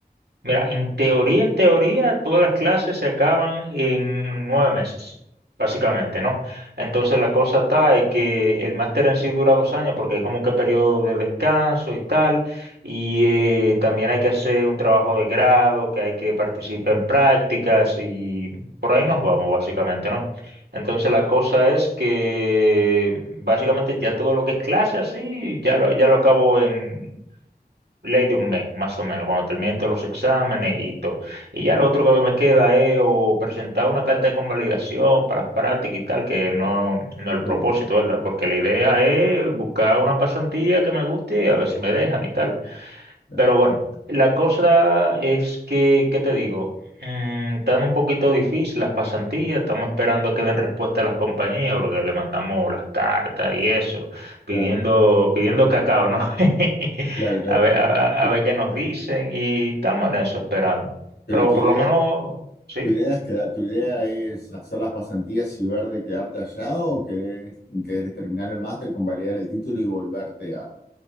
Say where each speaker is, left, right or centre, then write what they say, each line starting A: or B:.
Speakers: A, on the right; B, on the left.
A: Mira, en teoría, en teoría, todas las clases se acaban en nueve meses, básicamente, ¿no? Entonces la cosa está es que el máster en sí dura dos años porque hay como que periodo de descanso y tal, y eh, también hay que hacer un trabajo de grado, que hay que participar en prácticas y por ahí nos vamos, básicamente, ¿no? Entonces la cosa es que básicamente ya todo lo que es clase así, ya lo, ya lo acabo en ley de un mes, más o menos, cuando terminen todos los exámenes y todo. Y ya lo otro que me queda es o presentar una carta de convalidación para las prácticas y tal, que no, no es el
B: Claro,
A: propósito, ¿verdad? Porque la idea es buscar una pasantía que me guste y a ver si me dejan y tal.
B: claro,
A: Pero bueno, la cosa es que, ¿qué te digo? Mm, están un poquito difícil las pasantías, estamos esperando a que den respuesta a las compañías porque le mandamos las cartas y eso, pidiendo,
B: claro,
A: pidiendo cacao, ¿no? <laughs>
B: claro, claro.
A: A ver, a,
B: Pe-
A: a ver qué nos dicen y estamos en eso esperando.
B: Pero
A: Pero
B: tu
A: por
B: idea,
A: lo menos, sí.
B: tu idea es queda- tu idea es hacer las pasantías y ver de quedarte allá o que querés terminar el máster, convalidar el título y volverte a,